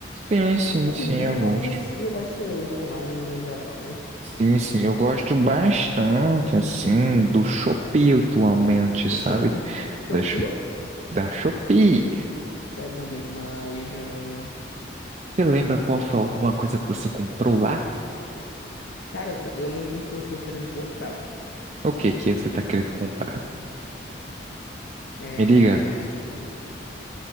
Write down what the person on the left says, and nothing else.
Assim,
de lojas,
de lojas online no geral, né?
E
tal.
Oxê, <laughs> Shopee?
Oxê, é bom demais, Júnior.
Cara, eu, ta- eu lembro do que eu tô querendo comprar.
É,